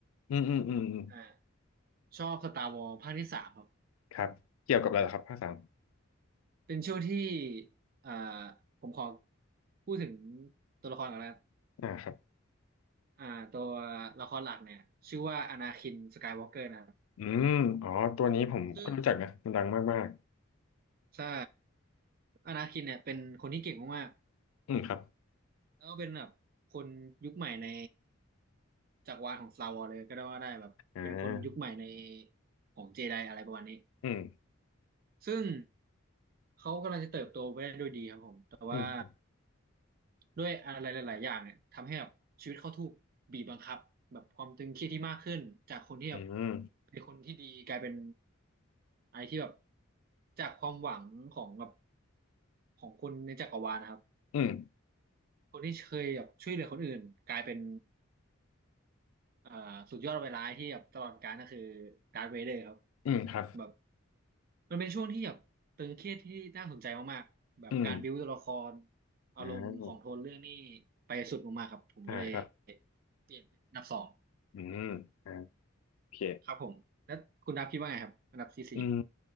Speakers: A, on the left; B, on the right.
A: อืมอืมอืมอืม
B: อ่าชอบ Star Wars ภาคที่สามครับ
A: ครับเกี่ยวกับอะไรเหรอครับภาคสาม
B: เป็นช่วงที่อ่าผมขอพูดถึงตัวละครก่อนนะ
A: อ่าครับ
B: อ่าตัวละครหลักเนี่ยชื่อว่าอนาคินสกายวอล์กเกอร์นะครับ
A: อืมอ๋อตัวนี้ผมก็รู้จักนะมันดังมาก
B: ซึ่งใช่อนาคินเนี่ยเป็นคนที่เก่งมาก
A: ๆอืมครับ
B: ๆแล้วก็เป็นแบบคนยุคใหม่ในจักรวาลของ Star Wars เลยก็ได้ว่าได้แบบเป็นคนยุคใหม่ใน
A: อ่า
B: ของเจไดอะไรประมาณนี้
A: อืม
B: ซึ่งเขากำลังจะเติบโตไปได้ด้วยดีครับผมแต่่วา
A: อืมครับ
B: ด้วยอะไรหลายๆอย่างเนี่ยทำให้แบบชีวิตเขาถูกบีบบังคับแบบความตึงเครียดที่มากขึ้นจากคนที่แบบ
A: อืม
B: เป็นคนที่ดีกลายเป็นไอะไรที่แบบจากความหวังของแบบของคนในจักรวาลนะครับ
A: อืม
B: คนที่เคยแบบช่วยเหลือคนอื่นกลายเป็นเอ่อสุดยอดเวลาที่แบบตลอดกาลก็คือดาร์ธเวเดอร์ครับ
A: อืมครับ
B: แบบมันเป็นช่วงที่แบบตึงเครียดที่น่าสนใจมากๆแบบการบิวตัวละคร
A: อืม
B: อารมณ์ของโทนเรื่องนี่
A: อ่า
B: ไปสุดมากๆครับผมก็เลย
A: อ่าครับ
B: เปลี่ยนเป็นอันดับสอง
A: อืมอ่าโอเค
B: ครับผมแล้วคุณดับคิดว่าไงครับอันดับที่สี่
A: อืม